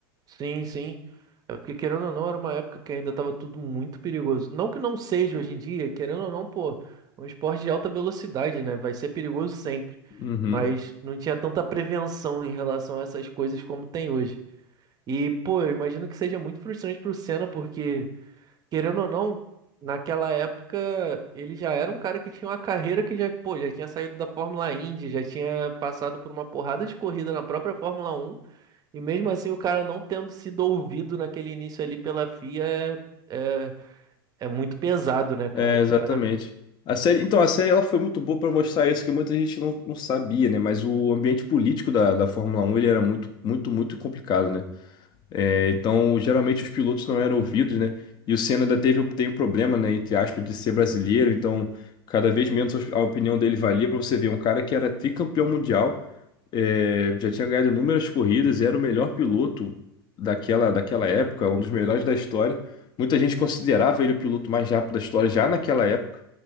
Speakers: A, on the right; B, on the left.
A: Sim, sim. É porque, querendo ou não, era uma época que ainda estava tudo muito perigoso. Não que não seja hoje em dia, querendo ou não, pô, é um esporte de alta velocidade, né? Vai ser perigoso sempre.
B: Uhum.
A: Mas não tinha tanta prevenção em relação a essas coisas como tem hoje. E, pô, eu imagino que seja muito frustrante pro Senna, porque, querendo ou não, naquela época ele já era um cara que tinha uma carreira que já, pô, já tinha saído da Fórmula Indy, já tinha passado por uma porrada de corrida na própria Fórmula Um e mesmo assim, o cara não tendo sido ouvido naquele início ali pela FIA é, é, é muito pesado, né, cara?
B: É, exatamente.
A: O cara.
B: A série, então, a série ela foi muito boa para mostrar isso que muita gente não, não sabia, né? Mas o ambiente político da, da Fórmula Um, ele era muito, muito, muito complicado, né? É, então, geralmente os pilotos não eram ouvidos, né? E o Senna ainda teve, tem um problema, né, entre aspas, de ser brasileiro, então cada vez menos a opinião dele valia para você ver um cara que era tricampeão mundial, é, já tinha ganhado inúmeras corridas, era o melhor piloto daquela, daquela época, um dos melhores da história. Muita gente considerava ele o piloto mais rápido da história já naquela época.